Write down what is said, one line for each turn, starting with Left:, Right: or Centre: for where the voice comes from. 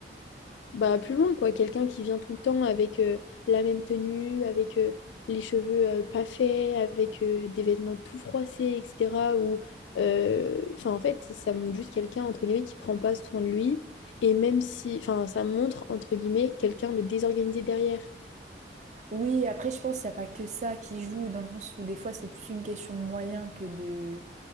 Left: bah, plus loin, quoi. Quelqu'un qui vient tout le temps avec euh, la même tenue, avec euh, les cheveux euh, pas faits, avec euh, des vêtements tout froissés, etc. Ou, euh, enfin, en fait, ça montre juste quelqu'un, entre guillemets, qui prend pas soin de lui. Et même si, enfin, ça montre, entre guillemets, quelqu'un de désorganisé derrière.
Right: oui, après, je pense qu'il n'y a pas que ça qui joue, dans le sens où des fois, c'est plus une question de moyens que de